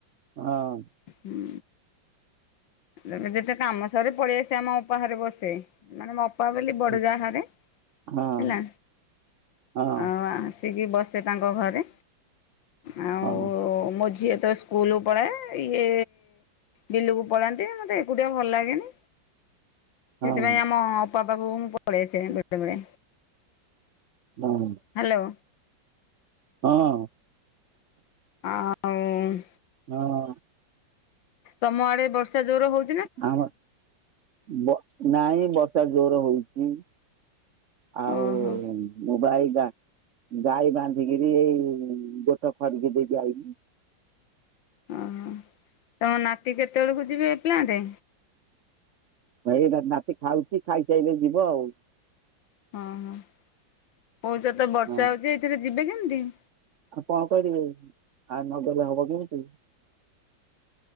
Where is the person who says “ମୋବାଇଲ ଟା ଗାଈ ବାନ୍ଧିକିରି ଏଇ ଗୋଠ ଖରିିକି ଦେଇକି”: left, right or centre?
Right